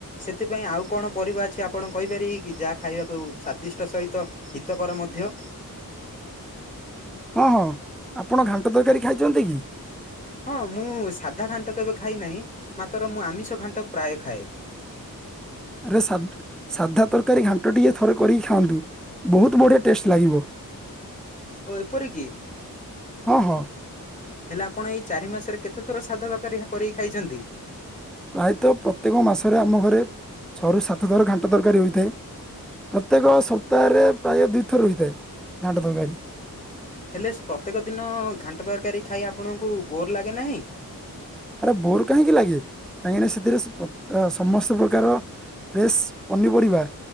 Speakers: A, on the left; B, in the centre.
A: ସେଥିପାଇଁ ଆଉ କଣ ପରିବା ଅଛି ଆପଣଙ୍କୁ କହିପାରି ଯାହା ଖାଇବାକୁ ସ୍ଵାଦିଷ୍ଟ ସହିତ ହିତକର ମଧ୍ୟ?
B: ହଁ ହଁ ଆପଣ ଘାଣ୍ଟ ତରକାରୀ ଖାଇଛନ୍ତି କି?
A: ହଁ ମୁଁ ସାଧା ଘାଣ୍ଟ କେବେ ଖାଇ ନାହିଁ ମାତ୍ର ମୁଁ ଆମିଷ ଘାଣ୍ଟ ପ୍ରାୟ ଖାଏ।
B: ଆରେ ସା ସାଧା ତରକାରୀ ଘାଣ୍ଟ ଟିକେ ଥରେ କରିକି ଖାଆନ୍ତୁ। ବହୁତ ବଢିଆ ଟେଷ୍ଟ ଲାଗିବ।
A: ଓ ଏପରି କି
B: ହଁ ହଁ।
A: ହେଲେ ଆପଣ ଏଇ ଚାରି ମାସରେ କେତେ ଥର ସାଦା ତରକାରୀ କରିକି ଖାଇଛନ୍ତି?
B: ପ୍ରାୟତଃ ପ୍ରତ୍ୟେକ ମାସରେ ଆମ ଘରେ ଛଅରୁ ସାତ ଥର ଘାଣ୍ଟ ତରକାରୀ ହୋଇଥାଏ। ପ୍ରତ୍ୟେକ ସପ୍ତାହରେ ପ୍ରାୟ ଦୁଇଥର ହେଇଥାଏ ଘାଣ୍ଟ ତରକାରୀ।
A: ହେଲେ ପ୍ରତ୍ୟେକ ଦିନ ଘାଣ୍ଟ ତରକାରୀ ଖାଇ ଆପଣଙ୍କୁ ବୋର୍ ଲାଗେ ନାହିଁ।
B: ଆରେ ବୋର କାହିଁକି ଲାଗେ କାହିଁକିନା ସେଥିରେ ସ- ପ୍ର- ଅ ସମସ୍ତ ପ୍ରକାର ଫ୍ରେଶ ପନିପରିବା